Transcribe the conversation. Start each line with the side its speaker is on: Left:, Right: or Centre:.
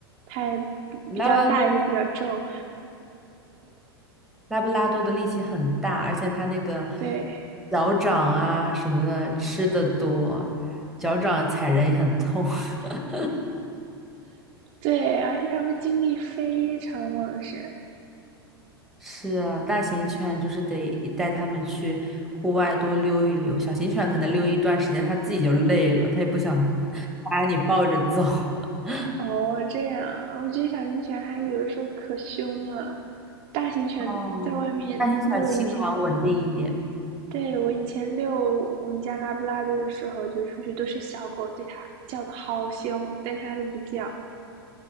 Right: 它比比较大又比较重，
Centre: 拉布拉多拉布拉多的力气很大，而且它那个
Right: 对
Centre: 脚掌啊什么的吃的多，脚掌踩人也很痛。<laughs>
Right: 对，而且它们精力非常旺盛。
Centre: 是啊，大型犬就是得带它们去户外多溜一溜，小型犬可能溜一段时间它自己就累了，它也不想 <laughs> 把你抱着走。<laughs>
Right: 哦，这样，我觉得小型犬还有的时候可凶了，大型犬在外面，
Centre: 哦，大型犬性格好像稳定一点。
Right: 就我以前对，我以前遛我们家拉布拉多的时候，就出去都是小狗对它叫的好凶，但它都不叫。